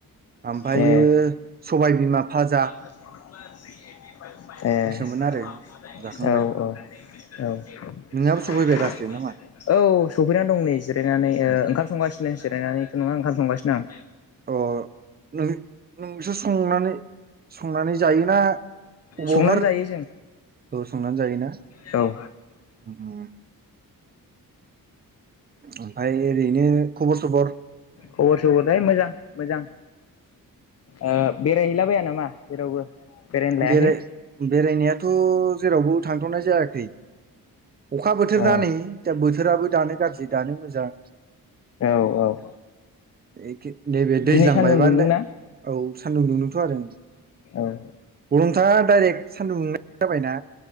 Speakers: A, on the right (about 25°); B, on the left (about 45°).
A: ओमफ्रायो
B: ए
A: स सबाय बिमा फाजा।
B: ए औ औ।
A: सोमोन आरो
B: औ
A: जाखांबाय
B: औ सफैनानै
A: नोंहाबो
B: दं
A: सफैबाय दासो
B: नै
A: नामा
B: जिरायनानै ओ
A: उम
B: ओंखाम संगासिनो जिरायनानैथ' नङा ओंखाम संगासिनो आं।
A: अ नों नोंसो संनानै संनानै जायोना अबावाफोर
B: संनानै जायो
A: औ संनानै जायोना?
B: जों औ
A: उम उम। ओमफ्राय ओरैनो खबर सबर?
B: खबर सबरआथ' मोजां मोजां, ओ बेरायहैलाबाया नामा जेरावबो? बेरायनो लायाखै
A: बेराय बेरायनायाथ' जेरावबो थांथ'नाय जायाखै। अखा बोथोर
B: औ
A: ना नै दा बोथोराबो दानो गाज्रि दानो मोजां।
B: औ औ।
A: एखे नैबे दैज्लां
B: दिनै सान्दुं
A: बायबानो
B: दुंदोंना
A: दे औ सानदुं दुंदोंथ' आरो।
B: औ
A: गरमथार डाइरेक्ट सान्दुं दुंनाय जाबायना